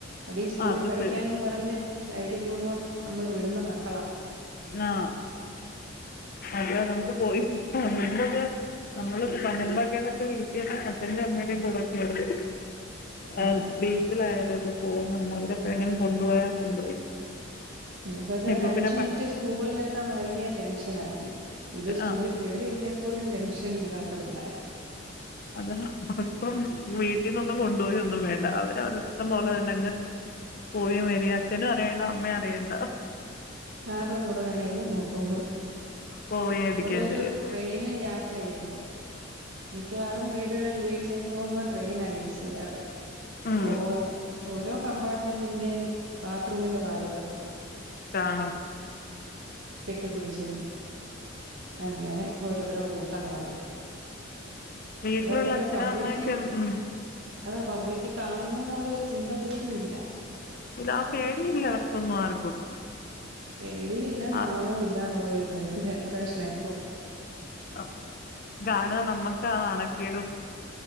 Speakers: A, on the right; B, on the left.
A: അതീ സ്കൂളിൽ
B: ആ അത്
A: പഠിക്കാനെന്ന്
B: ശരി
A: പറഞ്ഞ് ധൈര്യപൂർവ്വം നമ്മൾ വിടുന്ന മക്കളാ.
B: ആ അത് നമുക്ക് പോയി വരുന്നത് നമ്മളൊക്കെ പണ്ടന്തൊക്കെ നെച്ചാ വീട്ടീന്ന് അച്ന്റെയും അമ്മയുടെയും കൂടെ ഒക്കെയ ആ
A: അതെ
B: ബീച്ചിലായാലും ഒക്കെ പോകു ന്നെ അവരെപ്പഴെങ്ങാനും കൊണ്ടു പോയാ കൊണ്ടുപോയി.
A: നമുക്കൊക്കെ ഒരു
B: ഇപ്പോൾ
A: അഞ്ചു
B: പിന്നെ പ
A: മിനിറ്റ് സ്കൂളിലെത്താൻ വൈകിയാ ടെൻഷനാരുന്നു. ഇത് സ്കൂളിൽ
B: ആ
A: കേറിയില്ലേ പോലും ടെൻഷൻ ഇല്ലാത്ത പിള്ളാര്.
B: അതാ ഇപ്പം വീട്ടീന്നൊന്നും കൊണ്ടൊ യൊന്നും വേണ്ട അവരവരുടെ ഇഷ്ടം പോലെ തന്നെ അങ്ങ് പോയി വരാ അച്ഛനും അറിയണ്ട അമ്മയും അറിയണ്ട.
A: ആരുടെ കൂടെ വേണേലും പൊക്കോളും.
B: പോവുകയും എടുക്കുകയും
A: ഓല് ഒരു
B: ചെയ്യും
A: ട്രെയ്നിൽ യാ ത്ര ചെയ്യുമ്പം, മിക്കവാറും വീടുകളി വീട്ടിലേക്ക് പോകുമ്പം ട്രെയിനാ യൂസ് ചെയ്യാറ്
B: ഉം
A: ഇപ്പോ ഓരോ കമ്പാർട്ട്മെന്റിന്റെയും ബാത്റൂമിന്റെ വാതുക്കെ കാണും
B: കാണും.
A: കെട്ടിപിടിച്ചും അങ്ങനെ ഓരോരോ കൂ ട്ടങ്ങളായിട്ട്
B: വീട്ടിലുള്ള
A: ഇവർക്കൊക്കെ
B: അച്ഛനും
A: പബ്ലിക്ക്
B: അമ്മയൊക്കെ ഉം
A: അ പബ്ലിക്ക് കാണുന്നു എന്നുള്ള ഒരു ചിന്ത പോലും ഇല്ല.
B: ഇല്ലാ പേടിയില്ല അവർക്കൊന്നും ആർക്കും.
A: പേടീം ഇല്ല
B: ആ
A: നാണോം ഇല്ല എന്നുള്ളരു ജ ജനറേഷന ഇപ്പൊ.
B: അ കാണുന്ന നമ്മക്കാ നാണക്കേടും.